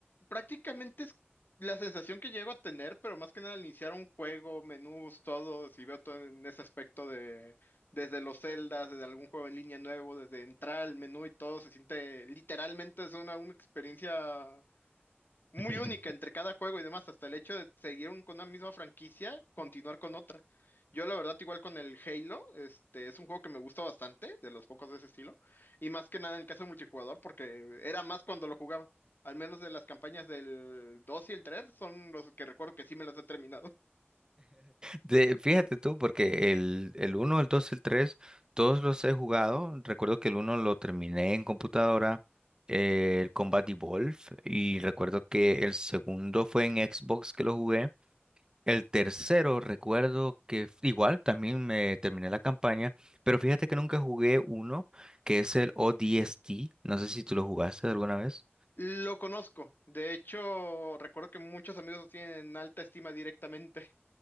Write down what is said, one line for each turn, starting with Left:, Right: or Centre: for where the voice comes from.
Left: prácticamente es la sensación que llego a tener, pero más que nada al iniciar un juego, menús, todo, si veo todo en ese aspecto de desde los celdas, desde algún juego en línea nuevo, desde entrar al menú y todo, se siente literalmente es una, una experiencia muy
Right: <laughs>
Left: única entre cada juego y demás, hasta el hecho de seguir un- con una misma franquicia, continuar con otra. Yo la verdad igual con el Halo, este es un juego que me gusta bastante, de los pocos de ese estilo, y más que nada en el caso de multijugador, porque era más cuando lo jugaba. Al menos de las campañas del 2 y el 3 son los que recuerdo que sí me las he terminado.
Right: De- fíjate tú, porque el, el uno el dos el tres todos los he jugado. Recuerdo que el uno lo terminé en computadora, eh, el Combat Evolve, y recuerdo que el segundo fue en Xbox que lo jugué. El tercero, recuerdo que f- igual también me terminé la campaña, pero fíjate que nunca jugué uno, que es el O10T. No sé si tú lo jugaste alguna vez.
Left: Lo conozco. De hecho, recuerdo que muchos amigos lo tienen en alta estima directamente.